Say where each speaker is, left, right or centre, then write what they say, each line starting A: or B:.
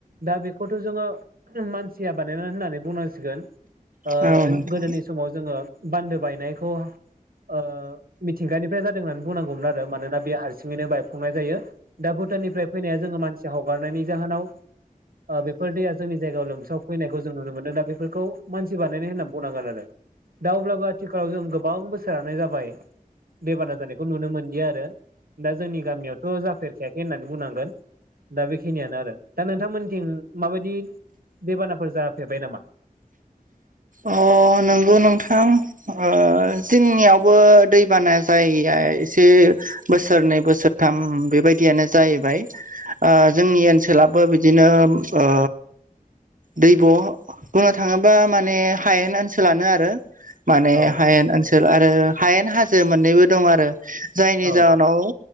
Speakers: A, on the right; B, on the right.
A: दा बेखौथ' जोङो मानसिया बानायनानै होननानै बुंनांसिगोन ओ
B: औ नोंथां
A: गोदोनि समाव जोङो बान्दो बायनायखौ ओ थिंगानिफ्राय जादों होननानै बुंनांगौमोन आरो मानोना बे हारसिङैनो बायफुंनाय जायो। दा भुटाननिफ्राय फैनाया जोङो मानसि हगारनायनि जाहोनाव बेफोर दैया जोंनि जायगायाव लोमसाव फैनायखौ जों नुनो मोनदों दा बेफोरखौ मानसि बानायनाय होननानै बुंनांगोन आरो। दा अब्लाबो आथिखालाव जों गोबां बोसोरानो जाबाय दैबाना जानायखौ नुनो मोनदिया आरो दा जोंनि गामियावथ जाफेरखायाखै होननानै बुंनांगोन। दा बेखिनियानो आरो दा नोंथांमोनथिं माबायदि दबानाफोर जाफेरबाय नामा?
B: अ नंगौ नोंथां। ओ जोंनियावबो दैबाना जायगाया एसे बोसोरनै बोसोरथाम बेबायदियानो जाहैबाय। ओ जोंनि ओनसोलाबो बिदिनो ओ दैब' बुंनो थाङोबा मा ने हायेन ओनसोलानो माने
A: औ
B: हायेन ओन सोल आरो हायेन हाजो मोननैबो दं आरो जायनि
A: औ
B: जाहोनाव